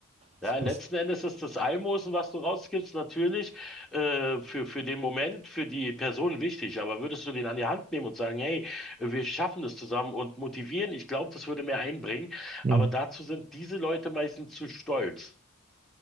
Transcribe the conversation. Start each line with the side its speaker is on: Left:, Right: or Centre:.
Centre: Ja,
Right: Das passt.
Centre: letzten Endes ist das Almosen, was du rausgibst, natürlich äh, für, für den Moment, für die Person wichtig. Aber würdest du den an die Hand nehmen und sagen, hey, wir schaffen das zusammen und motivieren, ich glaube, das würde mehr einbringen.
Right: Hm.
Centre: Aber dazu sind diese Leute meistens zu stolz.